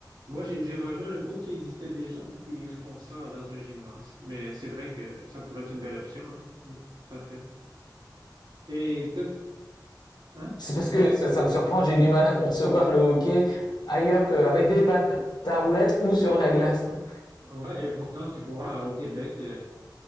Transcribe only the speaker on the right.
Moi, j'ai j'ai rejoint un groupe qui existait déjà, puis ils font ça dans un gymnase. Mais c'est vrai que ça pourrait être une belle option, hein. Mm, tout à fait. Et toi- hein?
Ouais, et pourtant, tu vois, euh, au Québec, euh,